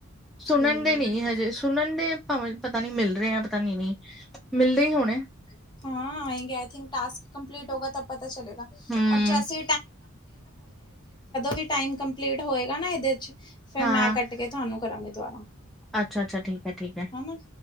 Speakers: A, in the centre; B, on the left.
A: ਸੁਨਨ
B: ਠੀਕ।
A: ਦੇ ਨਈ ਹਜੇ ਸੁਨਨ ਦੇ ਭਾਵੇਂ ਪਤਾ ਨੀ ਮਿਲ ਰਹੇ ਆ ਪਤਾ ਨੀ ਨਈ। ਮਿਲਦੇ ਈ ਹੋਣੇ।
B: ਹਾਂ <unintelligible>
A: ਹੂੰ
B: ਆ ਜਦੋਂ ਵੀ ਟਾਈਮ ਕੰਪਲੀਟ ਹੋਏਗਾ ਨਾ ਇਹਦੇ ਵਿੱਚ। ਫੇਰ
A: ਹਾਂ
B: ਮੈਂ ਕੱਟ ਕੇ ਤੁਹਾਨੂੰ ਕਰਾਂਗੀ ਦੁਬਾਰਾ।
A: ਅੱਛਾ, ਅੱਛਾ ਠੀਕ ਐ ਠੀਕ ਐ।
B: ਹਨਾ